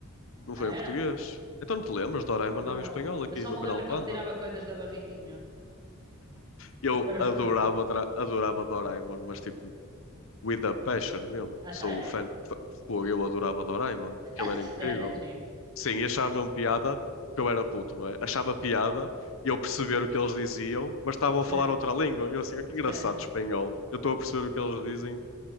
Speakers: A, on the left; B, on the right.
A: não
B: Ah,
A: foi em português.
B: era?
A: Então não te lembras, Doraemon
B: Não.
A: andava em espanhol aqui
B: Eu só
A: no
B: me
A: canal
B: lembro
A: Panda.
B: que ele tirava coisas da barriguinha.
A: Eu
B: É verdade.
A: adorava, Dra- adorava Doraemon, mas tipo, with a passion mesmo.
B: A
A: Sou
B: sério?
A: o fã, fã- pô, eu adorava Doraemon,
B: <laughs>
A: aquilo
B: A sério?
A: era incrível. Sim, e achava mesmo piada, porque eu era puto, não é? Achava piada e eu perceber o que eles diziam, mas estavam a
B: Sim,
A: falar outra língua. E eu assim, "Ah, que
B: sim.
A: engraçado espanhol. Eu estou a perceber o que eles dizem,